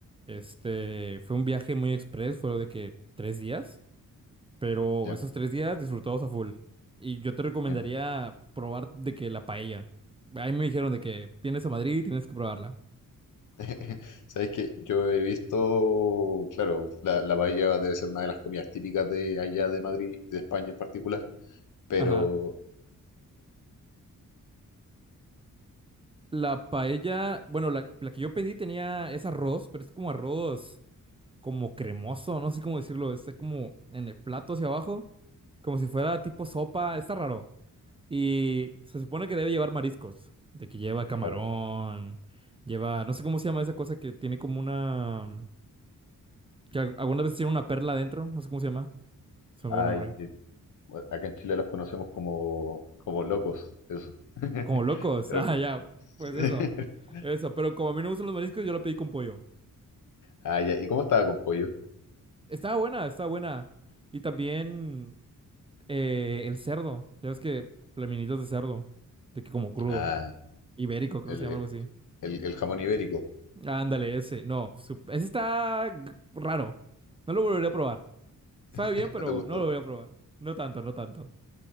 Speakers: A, on the right; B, on the left.
A: Este, fue un viaje muy express, fue de que tres días, pero
B: Ya.
A: esos tres días disfrutados a full. Y yo te recomendaría
B: Em,
A: probar de que la paella. Ahí me dijeron de que vienes a Madrid y tienes que probarla.
B: <laughs> Sabéis que yo he visto, claro, la, la paella debe ser una de las comidas típicas de allá de Madrid y de España en particular, pero
A: Ajá. La paella, bueno, la, la que yo pedí tenía, es arroz, pero es como arroz como cremoso, no sé cómo decirlo, está como en el plato hacia abajo, como si fuera tipo sopa, está raro. Y se supone que debe llevar mariscos, de que lleva camarón,
B: claro,
A: lleva, no sé cómo se llama esa cosa que tiene como una, que al- algunas veces tiene una perla adentro, no sé cómo se llama, se me
B: hay,
A: olvidó el nombre.
B: eh, bueno, acá en Chile los conocemos como, como locos, eso. <laughs>
A: Como locos,
B: Pero,
A: <laughs> ah, ya, pues
B: <laughs>
A: eso, eso, pero como a mí no me gustan los mariscos, yo lo pedí con pollo.
B: ah, ya, ¿y cómo estaba con pollo?
A: Estaba buena, estaba buena. Y también eh, el cerdo, ya ves que plaminitos de cerdo, de que como crudo,
B: Ah,
A: ibérico, creo
B: el,
A: que se llama algo así.
B: el, el jamón ibérico,
A: Ándale, ese, no, su- ese está g- raro, no lo volveré a probar. Sabe
B: <laughs>
A: bien, pero
B: ¿no te gustó?
A: no lo voy a probar. No tanto, no tanto.